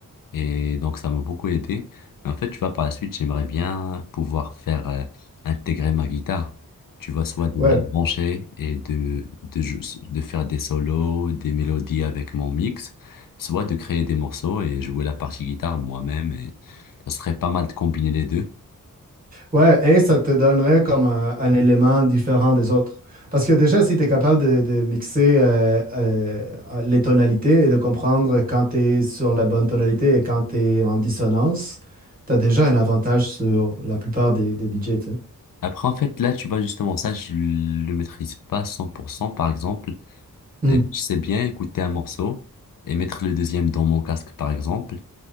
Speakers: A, on the left; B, on the right.
A: Et donc, ça m'a beaucoup aidé. Mais en fait, tu vois, par la suite, j'aimerais bien pouvoir faire euh, intégrer ma guitare. Tu vois, soit de
B: Ouais.
A: la brancher et de, de, jou- de faire des solos, des mélodies avec mon mix, soit de créer des morceaux et jouer la partie guitare moi-même. Et ça serait pas mal de combiner les deux.
B: Ouais, et ça te donnerait comme un, un élément différent des autres. Parce que déjà, si tu es capable de, de mixer euh, euh, les tonalités et de comprendre quand tu es sur la bonne tonalité et quand tu es en dissonance, tu as déjà un avantage sur la plupart des, des DJ, tu sais.
A: Après, en fait, là, tu vois, justement, ça, je le maîtrise pas 100%, par exemple.
B: Mhm,
A: Euh, Je sais bien écouter un morceau et mettre le deuxième dans mon casque, par exemple.